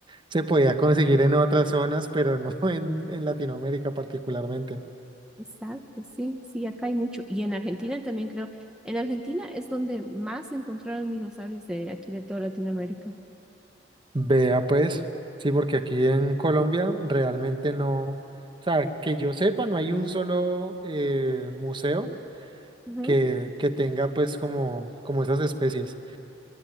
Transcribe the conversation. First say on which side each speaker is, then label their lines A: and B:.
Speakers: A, on the right; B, in the centre.
A: se podía conseguir en otras zonas, pero no <laughs> en, en Latinoamérica particularmente.
B: Exacto, sí, sí, acá hay mucho. Y en Argentina también creo. En Argentina es donde más encontraron dinosaurios de aquí de toda Latinoamérica.
A: Vea pues, sí, porque aquí en Colombia realmente no, o sea, que yo sepa, no hay un solo eh, museo
B: Ujú.
A: que, que tenga pues como, como esas especies.